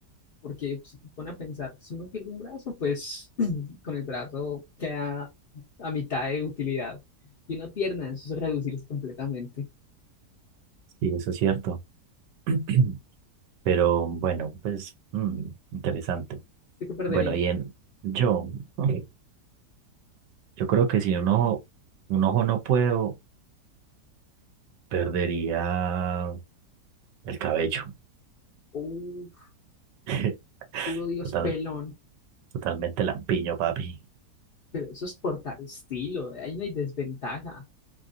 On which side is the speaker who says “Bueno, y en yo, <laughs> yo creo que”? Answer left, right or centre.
Right